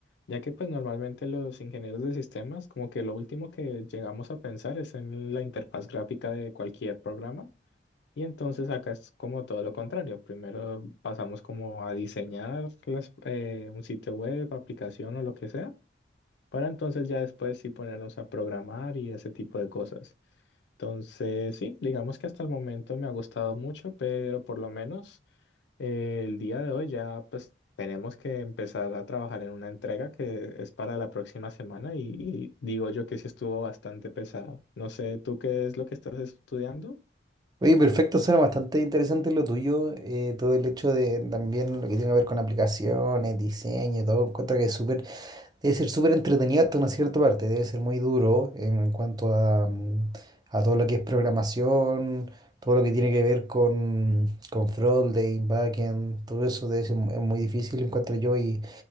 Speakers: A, on the left; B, on the right.
A: ya que pues normalmente los ingenieros de sistemas como que lo último que llegamos a pensar es en la interfaz gráfica de cualquier programa y entonces acá es como todo lo contrario. Primero pasamos como a diseñar las- eh, un sitio web, aplicación o lo que sea, para entonces ya después sí ponernos a programar y ese tipo de cosas. Entonces, sí, digamos que hasta el momento me ha gustado mucho, pero por lo menos eh, el día de hoy ya pues tenemos que empezar a trabajar en una entrega que es para la próxima semana y, y digo yo que sí estuvo bastante pesado. No sé, ¿tú qué es lo que estás estudiando?
B: Oye, perfecto, suena bastante interesante lo tuyo, eh, todo el hecho de también lo que tiene que ver con aplicaciones, diseño y todo, encuentro que es súper, debe ser súper entretenido hasta una cierta parte, debe ser muy duro en, en cuanto a, mm, a todo lo que es programación, todo lo que tiene que ver con, con frontend, backend, todo eso debe ser mu- es muy difícil, encuentro yo, y,